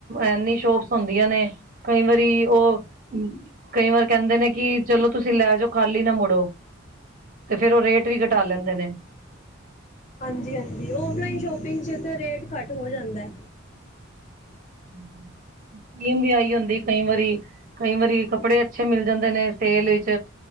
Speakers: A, on the right (about 40°); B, on the left (about 35°).
A: ਐਨੀ ਸ਼ੋਪਸ ਹੁੰਦੀਆਂ ਨੇ ਕਈ ਵਾਰੀ ਉਹ ਕਈ ਵਾਰ ਕਹਿੰਦੇ ਨੇ ਕਿ ਚਲੋ ਤੁਸੀਂ ਲੈ ਜਾਓ ਖਾਲੀ ਨਾ ਮੁੜੋ ਤੇ ਫੇਰ ਉਹ ਰੇਟ ਵੀ ਘਟਾ ਲੈਂਦੇ ਨੇ।
B: ਹਾਂਜੀ-ਹਾਂਜੀ ਔਨਲਾਈਨ ਸ਼ੋਪਿੰਗ ਚ ਰੇਟ ਘੱਟ ਹੋ ਜਾਂਦਾ।
A: <inaudible> ਸਕੀਮ ਵੀ ਆਈ ਹੁੰਦੀ ਏ ਕਈ ਵਾਰੀ, ਕਈ ਵਾਰੀ ਕੱਪੜੇ ਅੱਛੇ ਮਿਲ ਜਾਂਦੇ ਨੇ ਸੇਲ ਵਿਚ